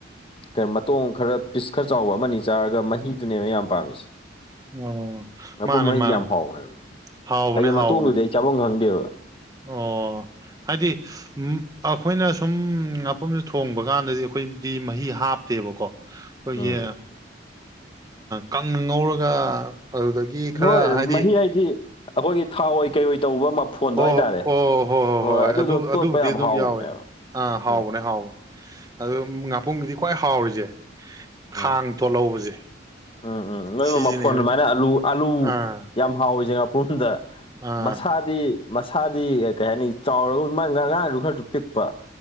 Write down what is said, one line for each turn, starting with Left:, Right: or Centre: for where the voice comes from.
Left: ꯀꯩ ꯃꯇꯣꯡ ꯈꯔ ꯄꯤꯁ ꯈꯔ ꯆꯥꯎꯕ ꯑꯃꯅꯤ ꯆꯥꯔꯒ ꯃꯍꯤꯗꯨꯅꯦꯕ ꯑꯩ ꯌꯥꯝ ꯄꯥꯝꯃꯤꯁꯦ
Right: ꯑꯣ
Left: ꯉꯥꯄꯨꯝ
Right: ꯃꯥꯅꯦ
Left: ꯃꯍꯤ
Right: ꯃꯥꯅꯦ
Left: ꯌꯥꯝ ꯍꯥꯎꯕꯅꯦꯕ
Right: ꯍꯥꯎꯕꯅꯦ
Left: ꯍꯥꯏꯗꯤ
Right: ꯍꯥꯎꯕꯅꯦ
Left: ꯃꯇꯣꯡꯗꯨꯗꯤ ꯑꯩ ꯆꯥꯕꯝ ꯈꯪꯗꯦꯕ
Right: ꯑꯣ ꯍꯥꯏꯗꯤ ꯎ ꯑꯩꯈꯣꯏꯅ ꯁꯨꯝ ꯉꯥꯄꯨꯝꯁꯦ ꯊꯣꯡꯕ ꯀꯥꯟꯗꯗꯤ ꯑꯩꯈꯣꯏꯗꯤ ꯃꯍꯤ ꯍꯥꯞꯇꯦꯕꯀꯣ ꯑꯩꯈꯣꯏꯒꯤ
Left: ꯎꯝ
Right: ꯀꯪ ꯉꯧꯔꯒ ꯑꯗꯨꯗꯒꯤ ꯒꯤ ꯈꯔ
Left: ꯍꯣꯏ
Right: ꯍꯥꯏꯗꯤ
Left: ꯃꯍꯤ ꯑꯩꯈꯣꯏꯒꯤ ꯊꯥꯎ ꯑꯣꯏꯏ ꯀꯩꯑꯣ ꯑꯣꯏ ꯇꯧꯕ ꯃꯐꯣꯟꯗꯣ
Right: ꯍꯣꯏ
Left: ꯍꯥꯏꯇꯥꯔꯦ
Right: ꯑꯣ ꯑꯣ ꯍꯣꯏ ꯍꯣꯏ ꯍꯣꯏ ꯍꯣꯏ
Left: ꯑꯗꯨꯗꯣ
Right: ꯑꯗꯨ
Left: ꯇꯣꯠꯄ
Right: ꯑꯗꯨꯕꯨꯗꯤ
Left: ꯌꯥꯝ
Right: ꯑꯗꯨꯝ
Left: ꯍꯥꯎꯕꯅꯦꯕ
Right: ꯌꯥꯎꯋꯦ ꯑꯥ ꯍꯥꯎꯕꯅꯦ
Left: ꯎꯝ
Right: ꯍꯥꯎꯋ ꯑꯗꯨ ꯉꯥꯄꯔꯨꯝꯒꯤꯗꯤ ꯈ꯭ꯋꯥꯏ ꯍꯥꯎꯔꯤꯖꯦ
Left: ꯎꯝ
Right: ꯈꯥꯡ ꯇꯣꯠꯍꯧꯕꯁꯦ
Left: ꯎꯝ ꯎꯝ ꯅꯣꯏ
Right: ꯁꯤꯁꯤꯅꯦꯕ
Left: ꯃꯐꯣꯟ ꯑꯗꯨꯃꯥꯏꯅ ꯑꯥꯂꯨ ꯑꯥꯂꯨ
Right: ꯑꯥ
Left: ꯌꯥꯝ ꯍꯥꯎꯔꯤꯁꯦ ꯉꯥꯄ꯭ꯔꯨꯝꯗ
Right: ꯑꯥ
Left: ꯃꯁꯥ ꯗꯤ ꯃꯁꯥꯗꯤ ꯀꯩ ꯍꯥꯏꯅꯤ ꯆꯥꯎꯔꯒ ꯃꯥꯏ ꯉꯔꯥꯡꯗꯨ ꯈꯔꯁꯨ ꯄꯤꯛꯄ